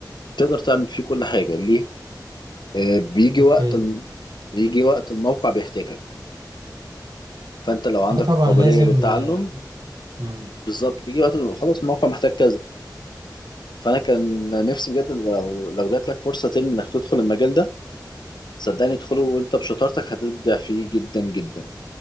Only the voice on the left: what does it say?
تقدر تعمل فيه كل حاجة ليه آه، بيجي
وقت الم... بيجي وقت الموقع بيحتاجك فانت لو عندك
القابلية
للتعلم
بالظبط بيجي وقت الم- خلاص الموقع محتاج كذا فانا كان نفسي بجد إن لو لو جات لك فرصة تاني انك تدخل المجال ده صدقني ادخله وانت بشطارتك هتبدع فيه جدا جدا